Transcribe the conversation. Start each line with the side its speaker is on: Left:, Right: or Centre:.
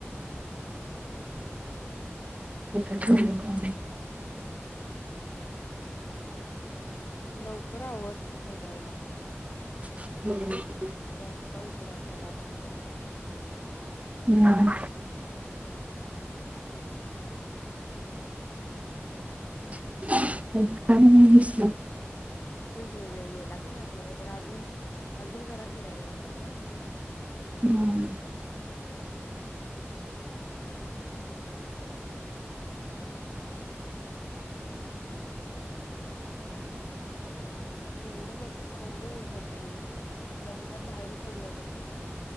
Right: <unintelligible> <inaudible>
Left: लवकर आवर निघायला.
Right: <inaudible>
Left: मी आत्ता उठून आता दात घासलोय बघ.
Right: हम्म. काय <unintelligible>
Left: लई वेळ गेला क नाही आपला नाहीतर अजून अजून जरा फिरायला मिळालं असत.
Right: हम्म. <inaudible>
Left: केवढ मोठ केवढं ऊन पडलय बघ. असल्या उन्हात बाहेरच पडू वाटत नाही.